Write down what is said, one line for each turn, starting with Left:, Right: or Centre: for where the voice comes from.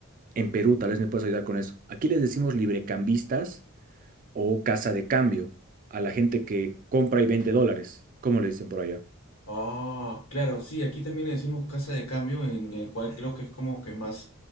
Right: en Perú, tal vez me puedes ayudar con eso. Aquí les decimos librecambistas o casa de cambio a la gente que compra y vende dólares. ¿Cómo le dicen por allá?
Left: Ah, claro, sí, aquí también le decimos casa de cambio, en el cual creo que es como que más